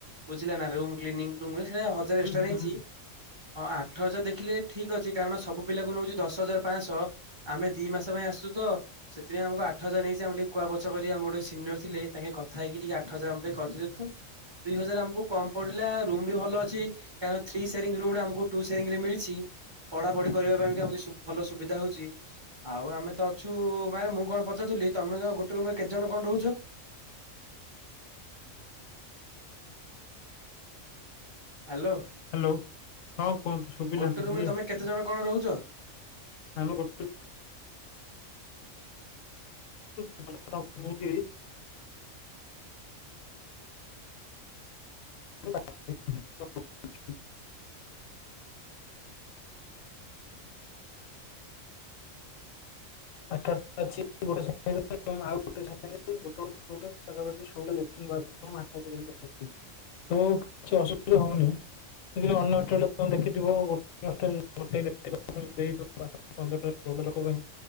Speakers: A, on the right; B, on the left.
A: ବୁଝିଲ ରଟା ହଜାର
B: ହୁଁ
A: ଏକ୍ସଟ୍ରା
B: ହୁଁ
A: ନେଇଛି।
B: ହୁଁ
A: ହଁ ଆଠ ହଜାର ଦେଖିଲେ ଠିକ ଅଛି, କାରଣ ସବୁ ପିଲାକୁ ନେଉଛି ଦଶ ହଜାର ପାଞ୍ଚଶହ ଆମେ ଦି ମାସ ପାଇଁ ଆସୁ ତ ସେଥିାଇଁ ଆମକୁ ଆଠ ହଜାର ନେଇଛି ଆମେ ଟିକେ କୁଆ ବଛ କରି ଆମର ଗ ସିନିୟର ଥିଲେ ତାଙ୍କେ କଥା ହେଇକି ଟିକେ ଆଠ ହଜାର ଆମ ପାଇଁ କରିଦିଅ ତ ଦୁଇ ହଜାର ଆମକୁ କମ ପଡିଲା ରୁମ ବି ଭଲ ଅଛି କାରଣ ଥ୍ରୀ ସେଙ୍ଗ ରୁ ରେ ଆମକୁ ସେଙ୍ଗରେ ମିଳିଛି ପଢାପଢି କରିବା ପାଇଁମ ଭଲ ସୁବିଧା ହଉଛି ଆଉ ଆମେ ତ ଅଛୁ ମାଇ ମୁଁ କଣ ପଚାରୁଥିଲି ତମେ ଗୋଟେ ରୁମରେ କେତେ ଜଣ କଣ ରହୁଛ? ହ୍ୟାଲୋ
B: ହ୍ୟାଲୋ ହଁ କୁହନ୍ତୁ ଶୁଭିଲା
A: ଗୋଟେ
B: ତ
A: ରୁମରେ
B: ଟିକେ
A: ତମେ କେତେ ଜଣ କଣ ରହୁଛ?
B: ଆମେ ଗେ <unintelligible> ନେଇ <unintelligible>
A: <inaudible>
B: <unintelligible> <unintelligible> ଆଠ ଅଛି ଗୋଟେ ସମରେ ଆଉ ଗୋଟେ ସମ ଗୋଟେ <unintelligible> ପାଖାଖି ଷୋଳ ଲଟ୍ର ବା <unintelligible> ତ କିଛି ଅସୁବିଧା ହଉନି ଅନ୍ୟ ହଷ୍ଟେଲରେ ଦେଖିଥିବ ଗୋ ହଲ ଗୋଟାଏ ଲେ-ଖି ପାରୁଥିବା <unintelligible> ଦେଇଦୋବୁ ପାଖାପାଖି ପନ୍ଦରଟା ସ୍କୁଲର ଲୋକ ପାଇଁ।